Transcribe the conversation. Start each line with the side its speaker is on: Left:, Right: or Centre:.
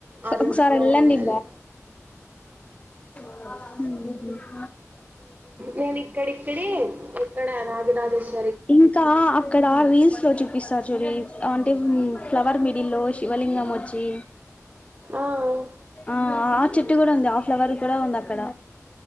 Right: ఆ రూట్
Left: ఒకసారి
Right: లో
Left: వెళ్ళండి
Right: ఉందని
Left: ఊహూ
Right: నేను ఇక్కడిక్కడే ఎక్కడ రాజరాజేశ్వ
Left: ఇంకా అక్కడ రీల్స్ లో చూపిస్ తచూరి అంటే ఫ్లవర్ మిడిల్లో శివలింగం వచ్చి
Right: ఆయ్
Left: ఆ ఆ చెట్టు కూడ ఉంది ఆఫ్ ఫ్లవర్ కూడ ఉంది అక్కడ